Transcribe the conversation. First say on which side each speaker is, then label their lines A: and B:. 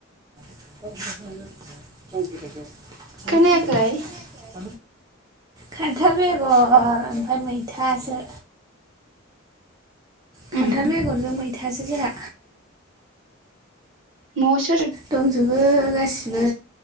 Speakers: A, on the right (about 20°); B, on the right (about 70°).
A: <inaudible>
B: खोनायाखै
A: खान्थाल बेगर ओमफ्राय मैथासो। खान्थाल
B: उम
A: बेगरजों मैथासो जोंहा।
B: मस
A: दंजोबो गासिबो